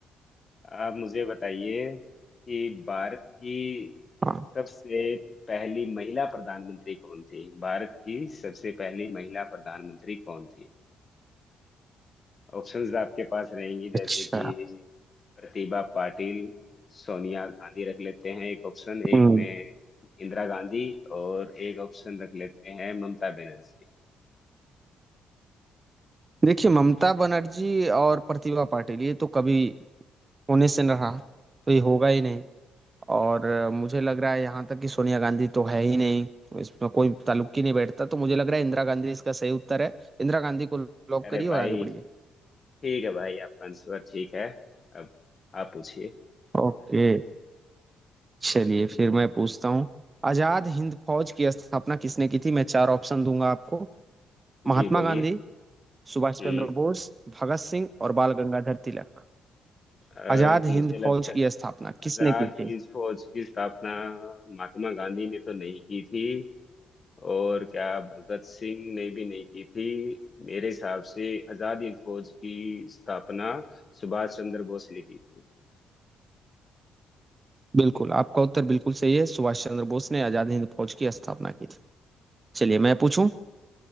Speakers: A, on the left; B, on the right.
A: आप मुझे बताइए कि भारत की
B: हाँ
A: सबसे पहली महिला प्रधानमंत्री कौन थी भारत की सबसे पहली महिला प्रधानमंत्री कौन थी ऑप्शंस आपके पास रहेंगी जैसे
B: अच्छा
A: कि प्रतिभा पाटिल सोनिया गांधी रख लेते हैं एक ऑप्शन
B: हम्म
A: एक में इंदिरा गांधी और एक ऑप्शन रख लेते हैं ममता बनर्जी
B: देखिए ममता बनर्जी और प्रतिभा पाटिल ये तो कभी होने से न रहा तो ये होगा ही नहीं और अ, मुझे लग रहा है यहाँ तक कि सोनिया गांधी तो है ही नहीं तो इसमें कोई ताल्लुक ही नहीं बैठता तो मुझे लग रहा है इंदिरा गांधी इसका सही उत्तर है इंदिरा गांधी को लॉक
A: अरे
B: करिए और
A: भाई
B: आगे बढ़िए
A: ठीक है भाई आपका आंसर ठीक है अब आप पूछिए
B: ओके चलिए फिर मैं पूछता हूँ आजाद हिंद फौज की स्थापना किसने की थी मैं चार ऑप्शन दूंगा आपको महात्मा
A: जी बोलिए
B: गांधी सुभाष
A: हम्म,
B: चंद्र बोस भगत सिंह और बाल गंगाधर तिलक
A: अ,
B: आजाद
A: मुझे
B: हिंद
A: लगता
B: फौज की स्थापना
A: आजाद
B: किसने की थी
A: हिंद फौज की स्थापना महात्मा गांधी ने तो नहीं की थी और क्या भगत सिंह ने भी नहीं की थी मेरे हिसाब से आजाद हिंद फौज की स्थापना सुभाष चंद्र बोस ने की थी
B: बिल्कुल आपका उत्तर बिल्कुल सही है सुभाष चंद्र बोस ने आजाद हिंद फौज की स्थापना की थी चलिए मैं पूछूं